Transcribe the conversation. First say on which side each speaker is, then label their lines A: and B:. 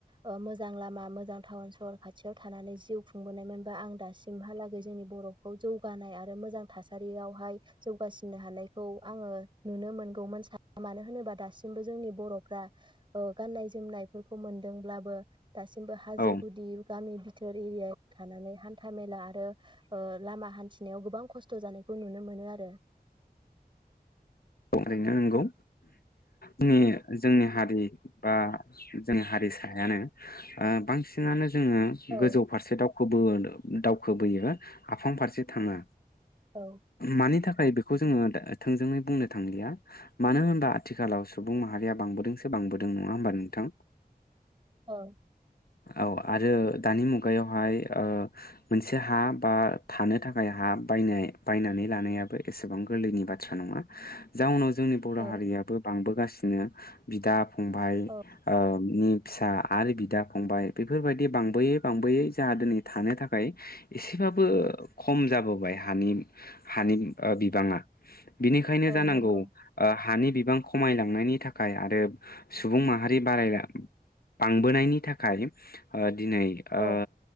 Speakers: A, on the right; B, on the left.
A: ओ मोजां लामा मोजां टाउन सहर खाथियाव थानानै जिउ खुंबोनायमोनबा आं दासिमहालागै जोंनि बरखौ जौगानाय आरो मोजां थासा थासारियावहाय जौगासिनो हानायखौ आङो नुनो मोनगौमोन सा मानो होनोबा दासिमबो जोंनि बर'फ्रा ओ गान्नाय जोमनायफोरखौ मोनदोंब्लाबो दासिमबो हाजो
B: औ
A: गुदि गामि <unintelligible> खस्थ' जानायखौ नुनो मोनो आरो।
B: <unintelligible> नोंगौ जोंनि जोंनि हारि बा जोंनि हारिसायानो ओ बांसिनानो जोङो
A: औ
B: गोजौ फारसे दाव खौबो दावखोबोयो आफां फारसे थाङा।
A: औ
B: मानि थाखाय खौ जोङो दो थोंजोङै बुंनो थांलिया मानो होनबा आथिखालाव सुबुं माहारिया बांबोदोंसो बांबोदों नङा होमबा नोंथां?
A: ओ।
B: औ आरो दानि मुगायावहाय ओ मोनसे हा बा थानो थाखाय हा बायनाय बायनानै लानायाबो एसेबां गोरलैनि बाथ्रा नङा। जाउनाव जोंनि बर'
A: औ
B: हारियाबो बांबो गासिनो बिदा फंबाय
A: औ
B: ओ नि फिसा आरो बिदा फंबाय बेफोरबायदि बांबोयै बांबोयै जाहा दिनै थानो थाखाय एसेबाबो खम जाबोबाय हानि हानि ओ बिबाङा। खायनो
A: औ
B: जानांगौ
A: नंगौ
B: ओ हानि बिबां खमायलांनायनि थाखाय आरो सुबुं माहारि बाराय बांबोनायनि थाखाय ओ दिनै ओ
A: औ